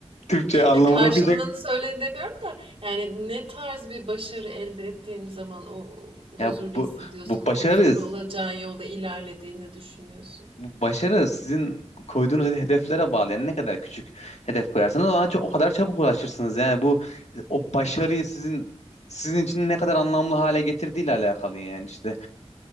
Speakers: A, on the left; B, on the right.
A: Türkçe anlamını
B: Ya karşılığını
A: okuyacak.
B: söyleyin demiyorum da yani ne tarz bir başarı elde ettiğin zaman o huzurlu
A: Ya bu
B: hissediyorsun,
A: bu başarı
B: huzurlu olacağın yolda ilerlediğini düşünüyorsun.
A: bu başarı sizin koyduğunuz hede- hedeflere bağlı. Yani ne kadar küçük hedef koyarsanız ona çok, o kadar çabuk ulaşırsınız. Yani bu o başarıyı sizin sizin için ne kadar anlamlı hale getirdiğiyle alakalı yani işte.